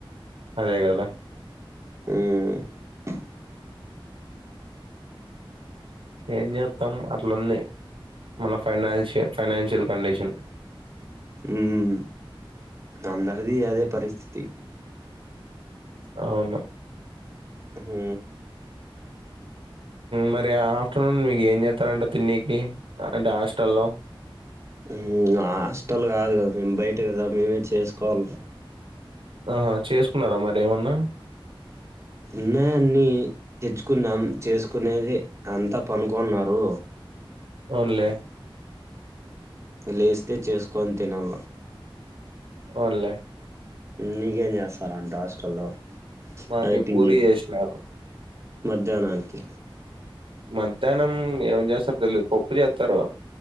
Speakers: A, on the right; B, on the right.
A: అదే కద
B: ఉమ్
A: ఏం చేస్తాం అట్లుంది మన ఫైనాన్షయ ఫైనాన్షియల్ కండిషన్
B: ఉమ్ అందరిది అదే పరిస్థితి
A: అవును
B: హు
A: మరి ఆఫ్టర్నూన్ మీకు ఏం చేస్తారంట తిన్నికి అంటే హాస్టల్లో
B: ఉమ్ హాస్టల్ కాదు కదా మేము బయట కదా మేమే చేసుకోవాలం
A: ఆహా చేసుకున్నార మరి ఏమన్న
B: ఉన్నాయాన్ని తెచ్చుకున్నాం చేసుకునేది అంతా పనుకున్నారు
A: అవున్ లే
B: లేస్తే చేసుకొని తినాల
A: అవున్లే
B: నీకేం చేస్తారంట హాస్టల్లో
A: మాకి
B: అదే తిన్
A: పూరి చేసినారు
B: మధ్యాహ్న నానికి
A: మధ్యాహ్నం ఏమం చేస్తారు తెలిదు పప్పు చేస్తారు